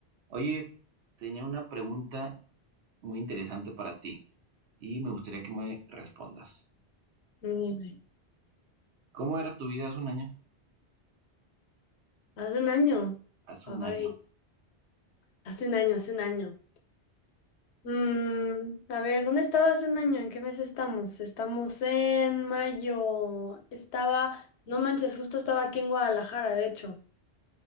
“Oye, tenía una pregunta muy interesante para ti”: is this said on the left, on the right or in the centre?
Right